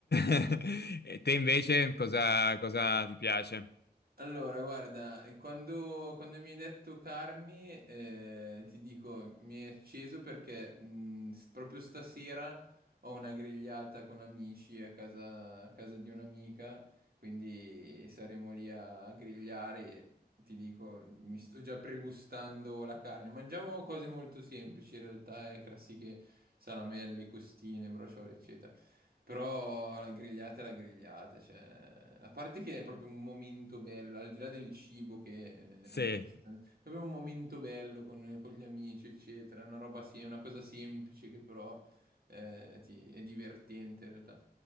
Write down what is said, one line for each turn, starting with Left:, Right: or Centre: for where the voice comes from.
Left: <laughs> E te invece cosa, cosa ti piace?
Right: Allora, guarda, quando, quando mi hai detto carni, eh, ti dico, mi è acceso perché mh, s- proprio stasera ho una grigliata con amici a casa, a casa di un'amica, quindi saremo lì a, a grigliare e ti dico, mi sto già pregustando la carne. Mangiamo cose molto semplici in realtà, eh, classiche salamelle, costine, brociole, eccetera. Però la grigliata è la grigliata, cioè, a parte che è proprio un momento bello, al di là del cibo che
Left: Sì.
Right: eh, mi piace tanto, è proprio un momento bello con, con gli amici, eccetera, è una roba sem- una cosa semplice che però eh, ti- è divertente in realtà.